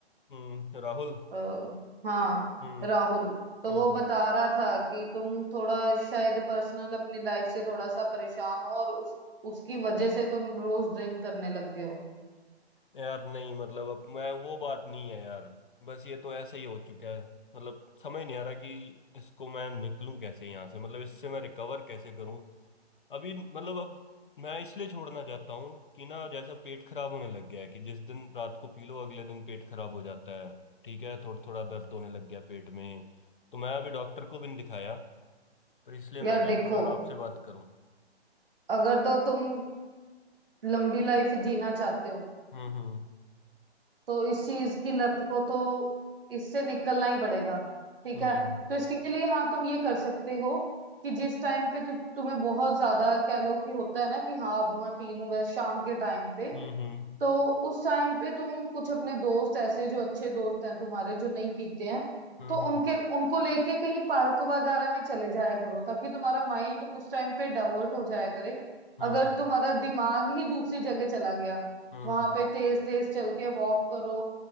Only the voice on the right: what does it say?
आ, हाँ
राहुल तो
वो बता रहा था कि तुम थोड़ा शायद पर्सनल अपनी लाइफ से थोड़ा सा परेशान हो और उस उसकी वजह से तुम रोज ड्रिंक करने लग गए हो
यार
देखो
अगर तो तुम लंबी लाइफ जीना चाहते हो
तो इस चीज की लत को तो इससे निकलना ही पड़ेगा ठीक
है तो इसके लिए हाँ तुम ये कर सकते हो कि जिस टाइम पे तु, तुम्हें बहुत ज्यादा कह लो कि होता है ना कि हाँ अब मैं पी लूं बस शाम के टाइम पे
तो उस टाइम पे तुम कुछ अपने दोस्त ऐसे जो अच्छे दोस्त हैं तुम्हारे जो नहीं पीते हैं
तो उनके उनको लेके कहीं पार्क वगैरह में चले जाया करो ताकि तुम्हारा माइंड उस टाइम पे डाइवर्ट हो जाया करे
अगर
तुम्हारा दिमाग ही दूसरी जगह चला गया
वहां पे तेज तेज चल के वॉक करो